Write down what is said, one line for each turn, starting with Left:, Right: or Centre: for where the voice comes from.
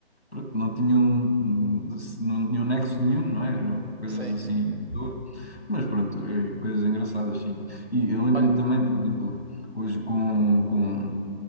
Left: pronto, não tinham, não tinham nexo nenhum, não é? Eram coisas
Right: Sim.
Left: assim
Right: <laughs>
Left: à toa, mas pronto, eh, coisas engraçadas, sim. E eu lembro-me
Right: Olha,
Left: também, por exemplo, hoje com, com